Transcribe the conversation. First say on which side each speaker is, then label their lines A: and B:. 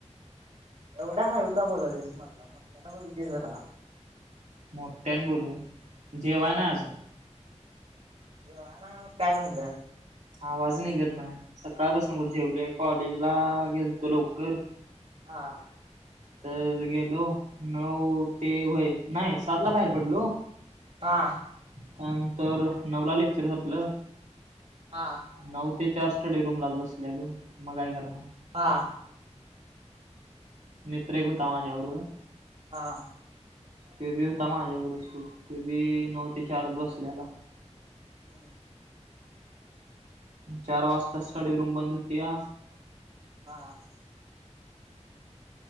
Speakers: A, on the right; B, on the right.
A: एवढ्या हाळू का बोलालीयास मर्दा मोठ्यान बोल कि जरा.
B: मोठ्यान बोलू होऊ जेवाय नाय अजून.
A: जेवाय नाय मग काय झालं?
B: आवाज ननिघत नाय सकाळपसन कुठ जेवलोय कॉलेजला गेलतो लवकर.
A: हा.
B: तर गेलो नऊ ते होय नाय सात ला बाहेर पडलो.
A: हां.
B: त्यानंतर नवला लेक्चर संपलं.
A: हां.
B: नऊ ते चार स्टडी रूमलाच बसलेलो मग काय करणार.
A: हा.
B: मित्र एक हुता माझ्या बरोबर.
A: हा.
B: त्यो बी हुता माझ्या बर सोड त्यो बी नऊ ते चारच बसल्याला.
A: हम्.
B: चार वाजता स्टडी रूम बंद होतीया.
A: हा हा!